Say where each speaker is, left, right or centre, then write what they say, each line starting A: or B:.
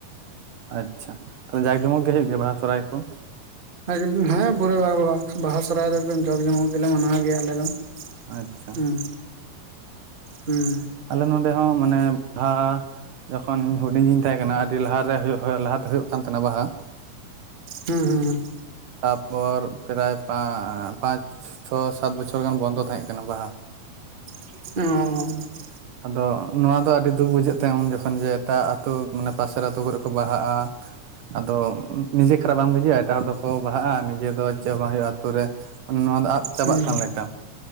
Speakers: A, on the right (about 65°); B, on the right (about 20°).
A: ᱟᱪᱪᱷᱟ, ᱡᱟᱸᱠ ᱡᱚᱢᱚᱠ ᱜᱮ ᱦᱩᱭᱩᱜ ᱜᱮᱭᱟ ᱵᱟᱦᱟ ᱥᱚᱨᱦᱟᱭ ᱠᱚ?
B: ᱮ ᱦᱮᱸ ᱯᱩᱨᱟ. ᱵᱟᱦᱟ ᱥᱚᱨᱦᱟᱭ ᱫᱚ ᱮᱠᱫᱚᱢ ᱡᱟᱸᱠ ᱡᱚᱢᱚᱠ ᱜᱮᱞᱮ ᱢᱟᱱᱟᱣ ᱜᱮᱭᱟ ᱟᱞᱮ ᱫᱚ᱾
A: ᱟᱪᱪᱷᱟ
B: ᱦᱮᱸ ᱦᱮᱸ
A: ᱟᱞᱮ ᱱᱚᱰᱮ ᱦᱚᱸ ᱢᱟᱱᱮ ᱵᱷᱟ ᱡᱚᱠᱷᱚᱱ ᱤᱧ ᱦᱩᱰᱤᱧ ᱜᱤᱧ ᱛᱟᱦᱮᱸ ᱠᱟᱱᱟ ᱟᱹᱰᱤ ᱞᱟᱦᱟ ᱛᱮ ᱞᱟᱦᱟᱛᱮ ᱦᱩᱭᱩᱜ ᱠᱟᱱ ᱛᱟᱦᱮᱸᱱᱟ ᱵᱟᱦᱟ᱾
B: ᱦᱩᱸ ᱦᱩᱸ ᱦᱩᱸ
A: ᱛᱟᱯᱚᱨ ᱯᱨᱟᱭ ᱯᱟᱸᱪ ᱪᱷᱚ, ᱥᱟᱛ ᱵᱚᱪᱷᱚᱨ ᱜᱟᱱ ᱵᱚᱱᱫᱚ ᱛᱟᱦᱮᱸ ᱠᱟᱱᱟ ᱵᱟᱦᱟ᱾
B: ᱚᱻᱻ
A: ᱟᱫᱚ ᱱᱚᱣᱟ ᱫᱚ ᱟᱹᱰᱤ ᱫᱩᱠ ᱵᱩᱡᱷᱟᱹᱜ ᱛᱟᱦᱮᱸ ᱩᱱ ᱡᱚᱠᱷᱚᱱ ᱡᱮ ᱮᱴᱟᱜ ᱟᱛᱳ ᱢᱟᱱᱮ ᱯᱟᱥᱮ ᱟ ᱟᱛᱳ ᱠᱚᱨᱮ ᱠᱚ ᱵᱟᱦᱟᱜᱟ᱾ ᱟᱫᱚ ᱱᱤᱡᱮ ᱠᱷᱟᱨᱟᱯ ᱵᱟᱝ ᱵᱩᱡᱷᱟᱹᱜᱼᱟ ᱮᱴᱟᱜ ᱦᱚᱲ ᱫᱚᱠᱚ ᱵᱟᱦᱟᱜ-ᱟ ᱱᱤᱡᱮ ᱫᱚ ᱪᱮᱜ ᱦᱚᱸ ᱵᱟᱝ ᱦᱩᱭᱩᱜᱼᱟ ᱟᱹᱛᱩ ᱨᱮ᱾ ᱢᱟᱱᱮ ᱱᱚᱣᱟ ᱫᱚ ᱟᱫ ᱪᱟᱵᱟᱜ
B: ᱦᱩᱸ
A: ᱠᱟᱱ ᱞᱮᱠᱼᱟ᱾